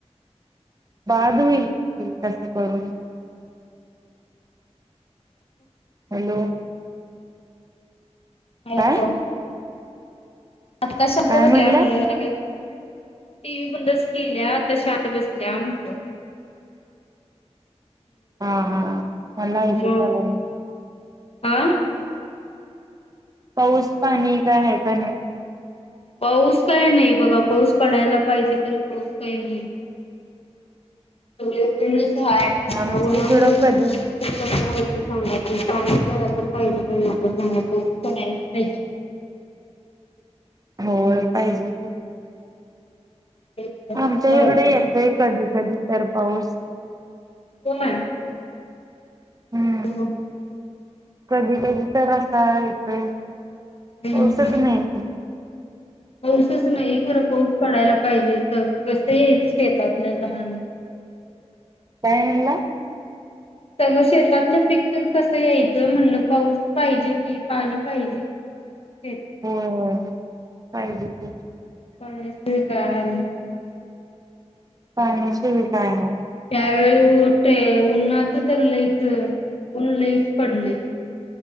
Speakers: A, on the right (about 35°); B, on the left (about 60°).
A: बाद हुईल ते तसं करून हॅलो
B: हॅलो
A: काय
B: आता शांत
A: काय
B: बसल्या
A: म्हणलं
B: म्हटल <unintelligible> टी व्ही बंदच केलीया. आता बसलीया म्हंटल.
A: हा हा मला ऐकूच
B: मग
A: आलं नाही.
B: आ
A: पाऊस पाणी काय हाय का नाही.
B: पाऊस काही नाही बघा पाऊस पडायला पाहिजे तरी पाऊस काही नाही. <unintelligible> ह्या
A: आमच्या
B: उन्हामुळ
A: इकडं कधी
B: शेताच कस व्हायचं सांगा कि पाणी जरा तर पाहिजे का नको सांगा कि <unintelligible>
A: होय पाहिजे कि
B: शेतकऱ्यांचं
A: आमच्या हिकड
B: अवघड
A: येतय
B: आहे.
A: कधी कधी तर पाऊस
B: होय
A: हम्म
B: <unintelligible>
A: कधी कधी तर असा येतोय
B: हम्म.
A: पाऊसच नाही इथं
B: पाऊसच नाही खरं पाऊस पडायला पाहिजे इथं कस यायचं शेताकड घाण
A: काय म्हणला
B: सगळ शेतातलं पीक तेन कस यायचं म्हणलं पाऊस पाहिजे कि पाणी पाहिजे की शेत
A: होय होय पाहिजे कि
B: <unintelligible>
A: पाण्याशिवाय काय ओ
B: त्यावेळी उ ते उन्हाच तर लईच ऊन लईच पडलय.